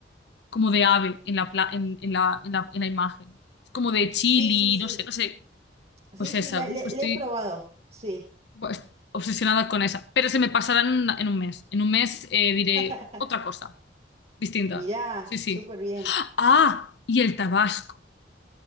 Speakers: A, on the left (about 65°); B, on the right (about 35°).
A: como de ave en la, pla- en, en la, en la, en la imagen. Es como de chili,
B: Sí, sí, sí.
A: no sé, no sé.
B: Sí,
A: Pues esa,
B: sí, la, le-
A: uf, estoy
B: le he probado. Sí.
A: pues, obsesionada con esa. Pero se me pasará en, una- en un mes. En un mes eh, diré
B: <laughs>
A: otra cosa, distinta.
B: Mirá,
A: Sí, sí.
B: súper bien.
A: Ah, y el tabasco.